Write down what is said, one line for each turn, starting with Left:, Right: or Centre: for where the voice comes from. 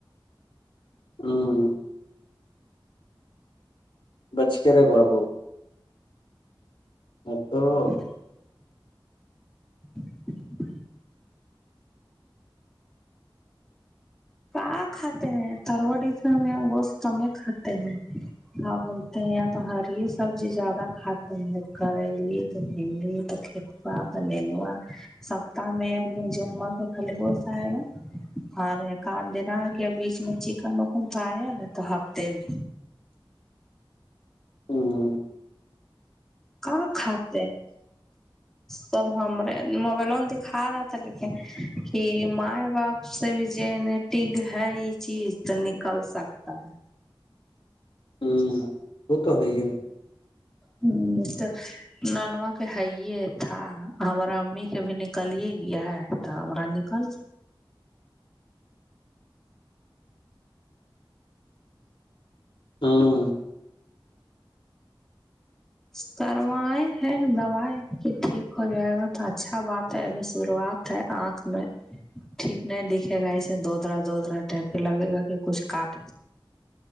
Left: ہاں بچ کے ر ہے بابو متو
Centre: <inaudible> <inaudible> کیا کھاتے ہیں تروڑی کا میں گوشت میں کھاتے نہیں ہاں بولتے ہیں یہ تو ہری سبزی زیادہ کھاتے ہیں کریلی تو پیلی کتا ب لگا سپتہ میں ایک دن جمعہ سے خلی گس آئے گا ہر کاٹ دینا ہے کہ بیچ میں چکن وکن تو آیا نا تو ہفتے میں
Left: ہاں
Centre: کہاں کھاتات سب ہم رے موبائلوں میں دکھا رہا لیکن کہ مائ باپ سے بھی جٹگ ہے یہ چیز تو نکل سکتا ہے
Left: ہوں وہ تو ہو ہے
Centre: ہوں تو ننوا کے ہےے تھا ہمارا امی کے بھی نکلیے گیا ہے تو ہمارا نکل
Left: ہاں
Centre: سروائے ہے دو کی ٹھیک ہو جائے گا تو اچھا بات ہے ابھی شروعات آنکھ میں ٹھیک نہیں دیک گ دوودرا دوودرا ٹائپ پ لگے گا کہ کچھ کاٹ